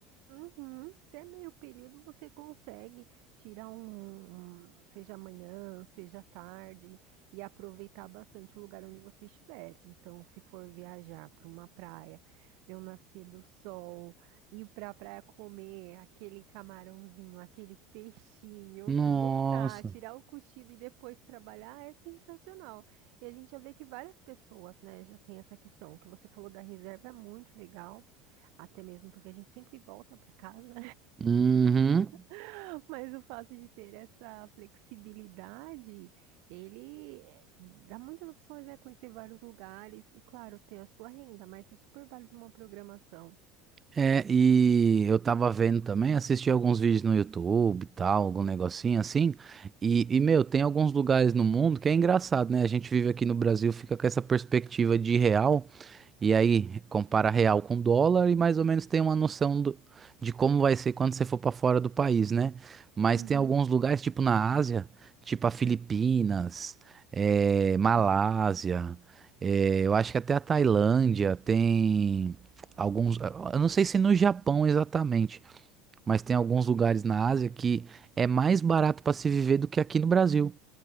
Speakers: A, on the right; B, on the right.
A: Uhum. Se é meio período, você consegue tirar um, um- seja amanhã, seja tarde, e aproveitar bastante o lugar onde você estiver. Então, se for viajar para uma praia, ver o nascer do sol, ir para a praia comer aquele camarãozinho, aquele peixinho,
B: Nossa.
A: voltar, tirar o cochilo e depois trabalhar, é sensacional. E a gente já vê que várias pessoas, né, já tem essa questão. O que você falou da reserva é muito legal. Até mesmo porque a gente sempre volta para casa,
B: Uhum.
A: <laughs> mas o fato de ter essa flexibilidade, ele é, dá muitas opções, né? Conhecer vários lugares e, claro, ter a sua renda, mas é super válido uma programação.
B: É, e eu tava vendo também, assisti alguns vídeos no YouTube e tal, algum negocinho assim. E, e, meu, tem alguns lugares no mundo que é engraçado, né? A gente vive aqui no Brasil, fica com essa perspectiva de real. E aí, compara real com dólar e mais ou menos tem uma noção do- de como vai ser quando você for para fora do país, né? Mas
A: Uhum,
B: tem alguns lugares, tipo na Ásia, tipo a Filipinas, eh, Malásia, eh, eu acho que até a Tailândia tem alguns. Eu não sei se no Japão exatamente, mas tem alguns lugares na Ásia que é mais barato para se viver do que aqui no Brasil.